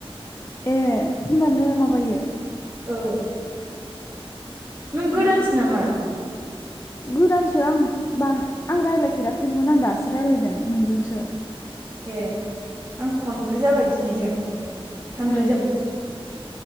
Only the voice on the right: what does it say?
ओ नों गोदानसो
नामा?
ए आं खनब्रै जाबाय दिनैजों सानब्रै
जाबाय।